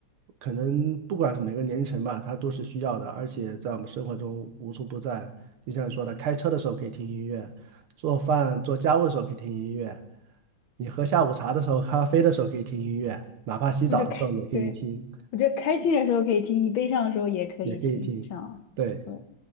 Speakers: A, on the right (about 80°); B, on the left (about 70°).
A: 可能不管是每个年龄层吧，它都是需要的，而且在我们生活中无处不在。就像你说的，开车的时候可以听音乐，做饭做家务的时候可以听音乐，你喝下午茶的时候、咖啡的时候可以听音乐，哪怕洗澡的时候也可以听，
B: 我就开，对，我觉得开心的时候可以听，你悲伤的时候也可以听，
A: 也可以听。
B: 这样，
A: 对
B: 对，